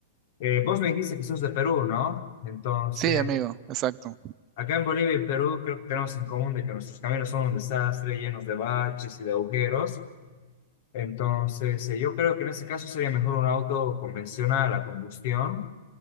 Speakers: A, on the left; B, on the right.
A: Eh, vos me dijiste que sos de Perú, ¿no? Entonces,
B: Sí, amigo, exacto.
A: acá en Bolivia y Perú creo que tenemos en común de que nuestros caminos son un desastre, llenos de baches y de agujeros. Entonces, eh, yo creo que en este caso sería mejor un auto convencional a combustión,